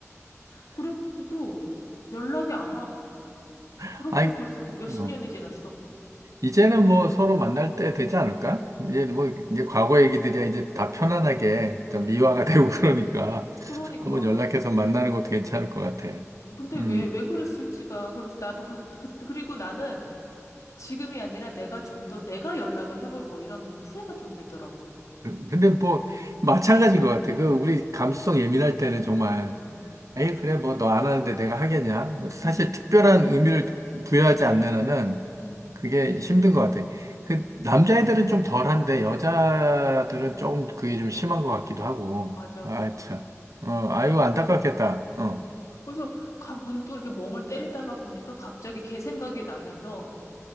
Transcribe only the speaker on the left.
그런데도 연락이 안 와
그렇게
벌써 몇십
년이 지났어
어
그러니까
근데 왜
왜 그랬을지가 그래서 나도 그, 그 그리고 나는 지금이 아니라 내가 좀 더 내가 연락을 해볼 걸 이런 후회가 좀 들더라고
응
응
응
응
응.
맞아,
맞아.
야,
그, 음.
그래서 가, 문득 이렇게 멍을 때리다가 보니까 갑자기 걔 생각이 나면서